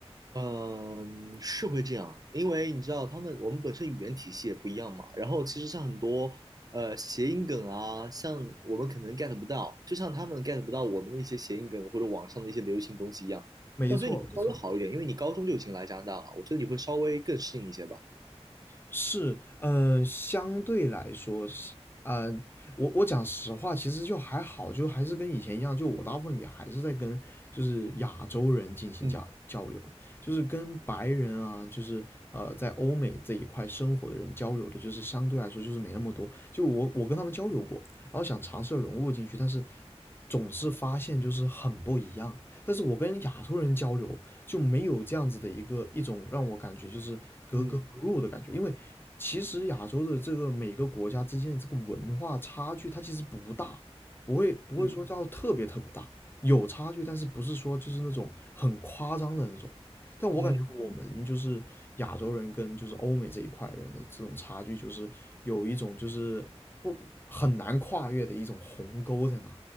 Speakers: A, on the right; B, on the left.
A: 嗯，是会这样，因为你知道他们我们本身语言体系也不一样嘛。然后其实像很多呃谐音梗啊，像我们可能 get 不到，就像他们 get 不到我们的一些谐音梗或者网上的一些流行东西一样。
B: 没错，
A: 但我觉得你会稍微好一点，
B: 没错。
A: 因为你高中就已经来加拿大了，我觉得你会稍微更适应一些吧。
B: 是，嗯、相对来说，呃，我我讲实话，其实就还好，就还是跟以前一样，就我大部分也还是在跟就是亚洲人进行交交流，
A: 嗯
B: 就是跟白人啊，就是呃在欧美这一块生活的人交流的，就是相对来说就是没那么多。就我我跟他们交流过，然后想尝试着融入进去，但是总是发现就是很不一样。但是我跟亚洲人交流，就没有这样子的一个一种让我感觉就是格格不入的感觉，
A: 嗯
B: 因为其实亚洲的这个每个国家之间的这个文化差距，它其实不大，不会不会说叫特别特别大，
A: 嗯
B: 有差距，但是不是说就是那种很夸张的那种。但我感觉我们就是亚洲人跟就是欧美这一块人的这种差距，
A: 嗯，
B: 就是有一种就是不很难跨越的一种鸿沟在那。